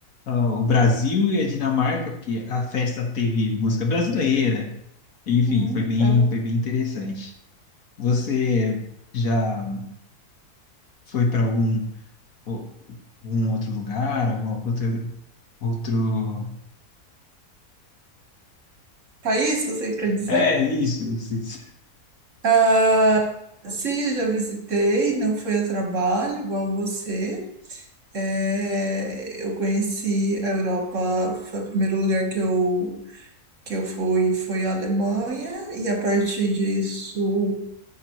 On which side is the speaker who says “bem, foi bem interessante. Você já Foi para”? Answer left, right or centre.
Left